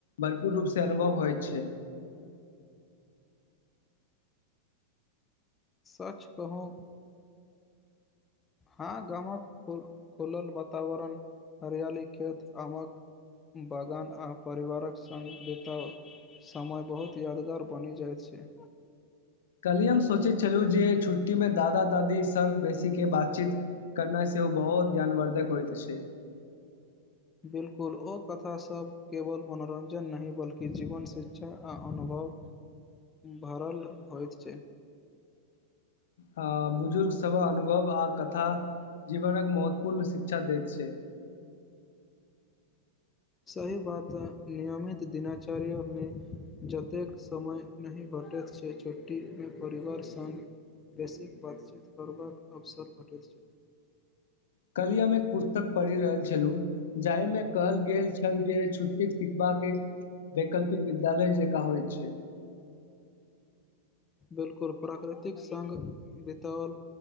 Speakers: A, on the left; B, on the left.
A: भरपूर रूपसँ अनुभव होइ छै
B: सच कहू हँ गामक खुलल वातावरण हरियाली खेत आमक बगान आ परिवारक संग बिताउ समय बहुत यादगार बनि जाइत छै
A: कल्हि हम सोचैत छलहुँ जे छुट्टीमे दादा दादी संग बेसी केँ बातचीत करनाय सेहो बहुत ज्ञानवर्धक होइत छै
B: बिलकुल ओ कथासभ केवल मनोरंजन नहि बल्कि जीवन शिक्षा आ अनुभव भरल होइत छै <inaudible>
A: हँ बुजुर्ग सभ अनुभव आ कथा जीवन महत्वपूर्ण शिक्षा दैत छै
B: सही बात नियमित दनाचर्यमे जतेक समय नहि भेटैत छै छुट्टीमे परिवार संग बेसी बातचीत करबाक अवसर भेटैत छै
A: कल्हि हम एक पुस्तक पढ़ि रहल छलहुँ जाहिमे कहल गेल छल जे छुट्टीक सिखबाक एक वैकल्पिक विद्यालय जेका होइत छै
B: बिलकुल प्राकृतिक सघ बतौल